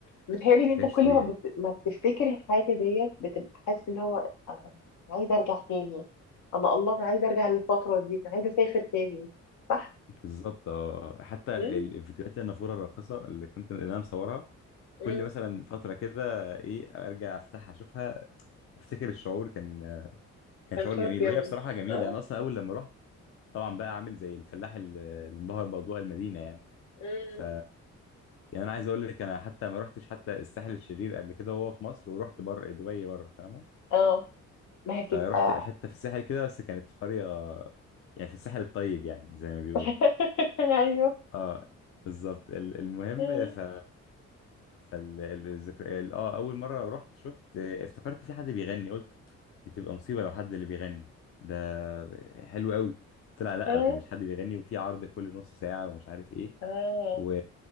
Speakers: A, on the left; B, on the left.
A: بتهيألي ان
B: ما
A: انت
B: كانش
A: كل
B: طبيعي
A: ما بت... ما بتفتكر الحاجه ديت بتبقى حاسس اللي هو انا أنا عايزه ارجع تاني انا الله انا عايزه ارجع للفتره دي انا عايزه اسافر تاني صح
B: بالظبط اه حتى
A: امم
B: ال- الفيديوهات النافوره الراقصه اللي كنت اللي انا مصورها كل
A: امم
B: مثلا فتره كده ايه ارجع افتحها اشوفها افتكر الشعور كان كان
A: كان
B: شعور
A: شعور
B: جميل
A: جامد
B: وهي بصراحه جميله
A: اه
B: انا اصلا اول لما رحت طبعا بقى عامل زي الفلاح ال- اللي انبهر باضواء المدينه يعني
A: امم
B: ف يعني انا عايز اقول لك انا حتى ما رحتش حتى الساحل الشرير قبل كده وهو في مصر ورحت بره دبي بره فاهمه
A: اه ما هي بتبقى
B: فرحت حته في الساحل كده بس كانت في قريه يعني في الساحل الطيب يعني زي ما بيقولوا
A: <laughs> ايوه
B: اه بالظبط ال- المهم
A: مم.
B: ف ال- ال- الذكر ال- اه اول مره رحت شفت آه، افتكرت في حد بيغني قلت دي تبقى مصيبه لو حد اللي بيغني ده حلو قوي طلع لا
A: اه
B: ده مش حد بيغني وفي عرض كل نص ساعه ومش عارف ايه
A: اه
B: و...